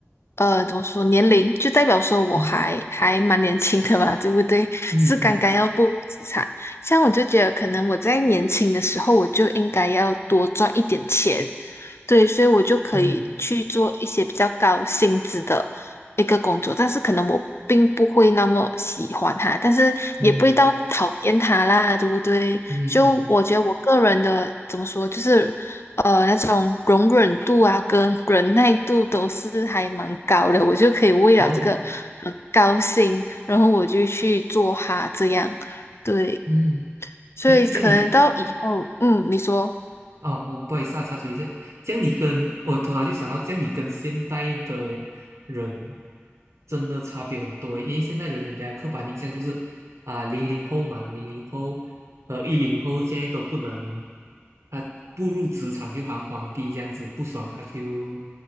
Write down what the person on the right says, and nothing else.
嗯
嗯嗯
嗯
嗯
嗯嗯，
哦，
嗯，
这样这样你
哦，我不好意思啊，插嘴一下，这样你跟我头脑就想到，这样你跟现代的人真的差别很多，因为现代人人家刻板印象就是啊，零零后嘛，零零后，呃，一零后现在都不能，他步入职场就行皇帝这样子，不爽他就